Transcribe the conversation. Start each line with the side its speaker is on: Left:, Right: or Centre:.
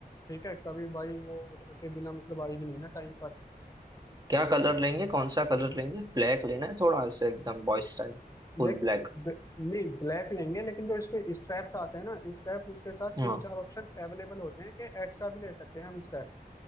Left: ठीक है कभी भाई वो ऑर्डर के बिना मतलब आएगी नहीं ना टाइम पर
Right: क्या
Left: तो
Right: कलर
Left: इस बार
Right: लेंगे कौन सा कलर लेंगे ब्लैक लेना है थोड़ा से एकदम बॉयज टाइप फुल
Left: देख
Right: ब्लैक
Left: ब, नहीं ब्लैक लेंगे लेकिन जो इसके स्ट्रैप्स आते हैं ना स्ट्रैप्स उसके साथ
Right: हाँ
Left: तीन चार ऑप्शन अवेलेबल होते हैं कि एक्स्ट्रा भी ले सकते हैं हम स्ट्रैप्स